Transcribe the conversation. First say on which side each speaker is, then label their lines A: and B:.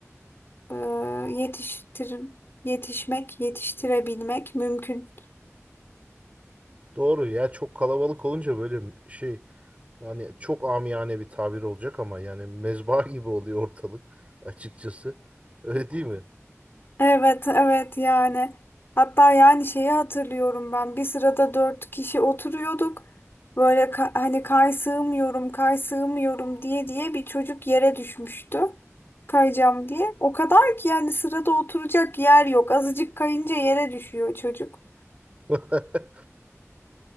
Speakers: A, on the left; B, on the right.
A: e, yetiştir yetişmek, yetiştirebilmek mümkün.
B: Doğru ya çok kalabalık olunca böyle şey yani çok amiyane bir tabir olacak ama yani mezba <laughs> gibi oluyor ortalık açıkçası. Öyle değil mi?
A: Evet, evet yani. Hatta yani şeyi hatırlıyorum ben. Bir sırada dört kişi oturuyorduk. Böyle ka- hani kay sığmıyorum, kay sığmıyorum diye diye bir çocuk yere düşmüştü. Kayacağım diye. O kadar ki yani sırada oturacak yer yok. Azıcık kayınca yere düşüyor çocuk.
B: <laughs>